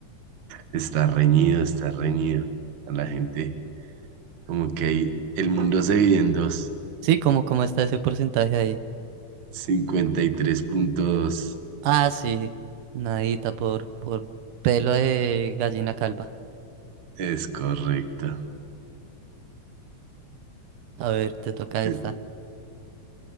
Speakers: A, on the right; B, on the right.
A: Está reñido, está reñido. A la gente, como que ahí el mundo se divide en dos.
B: Sí, como cómo cómo está ese porcentaje ahí?
A: 53.2.
B: Ah, sí, nadita por, por pelo de gallina calva.
A: Es correcto.
B: A ver, te toca
A: Te,
B: esta.